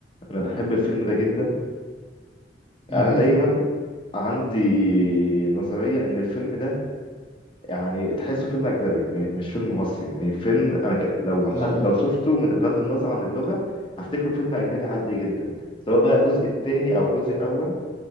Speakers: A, on the left (about 30°); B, on the right (about 15°).
A: انا بحب الفيلم ده جدا
B: مهم.
A: انا دايما عندي نظريه ان الفيلم ده يعني تحسه فيلم اجنبي م- مش فيلم مصري يعني فيلم انا ك... لو حد
B: ده حقيقي.
A: لو شفته من بغض النظر عن اللغه هفتكره فيلم اجنبي عادي جدا سواء بقى الجزء الثاني او الجزء الاول